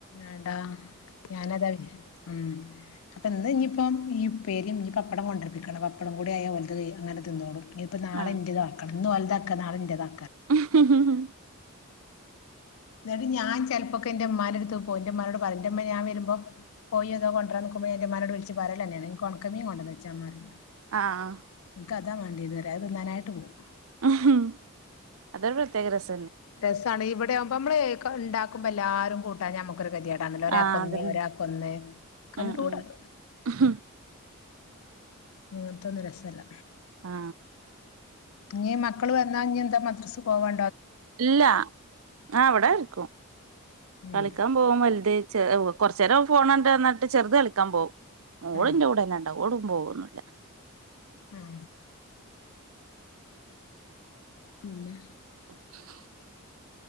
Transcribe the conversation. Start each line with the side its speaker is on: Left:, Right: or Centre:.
Left: ആണ്ടാ ഞാനതാ ഉം അപ്പ ഇന്ന്ഞ്പ്പം മീം പേരിന് ഞ് പപ്പടം കൊണ്ടര്പ്പിക്കണം വ പ്പടം കൂടായ ഒല്ത് തി അങ്ങന തിന്നോളും. ഇനിപ്പം നാളെന്റത്
Right: ആ
Left: ആക്കണം ഇന്ന് ഓൽത ക്ക നാളേന്റതാ
Right: <unintelligible>
Left: നട് ഞാൻ ചെൽപ്പക്ക ന്റെമ്മാനട്ത്ത് പോയ് ന്റെ മ്മാനോട് പറിം ന്റെ ഇമ്മ ഞം വരുമ്പം കോയോ തൊ കൊണ്ടാന്ന് ന്ക്കുമ്പോ ഞാ ന്റെമ്മനെട് വിൾച്ച് പറലെനെണ് ഇൻക്ക് ഒൺക്കമീ കൊണ്ടന്നെച്ചാമതി.
Right: ആഹ
Left: കതാ മാണ്ടിയത് റ അ ത്തിന്നാനായിട്ട് പോവും.
Right: ഉഹും അതൊരു ത്യകരസാ.
Left: രസാണ് ഇവ് പ്പയാപമ്മ്ള് ക്ക ണ്ടാക്കുമ്പല്ലാര്കൂട്ടാ ഞ്ഞ കൊരു കെതെടാണലോ ഒരാക്കൊന്ന്
Right: ആ അതന്നെ
Left: ഒരാക്കൊന്ന് കണ്ടുടാതൊ
Right: ഉം ഉം
Left: അങ്ങത്തൊന്നും രസല്ല.
Right: ആ
Left: ഇഞ് മക്കള് വന്നാ ഞ് എന്താ മദ്രസ് പോവാ
Right: ഇല്ല ആ വ്ടെ നിക്കും
Left: ഉം
Right: കളിക്കാൻ പോകും വല്ത് കൊർചേരം ഫോണണ്ടട്നാട്ട് ചെർത് കളിക്കാൻ പോവും. ഓളിന്റെ
Left: ആഹ്
Right: കൂടെന്നാണ്ടാ ഓളു പോവുന്നുല്ല
Left: ഉം പിന്നെ
Right: <inaudible>